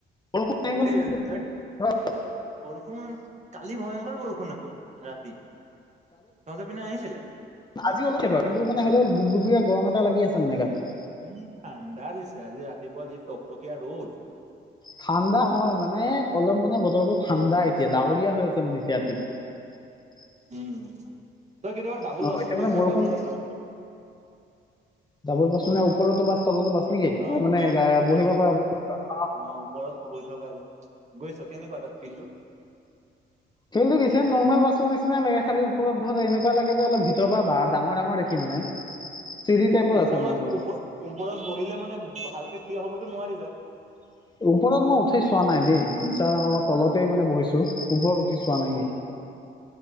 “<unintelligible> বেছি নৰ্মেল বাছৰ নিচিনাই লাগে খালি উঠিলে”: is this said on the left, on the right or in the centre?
Left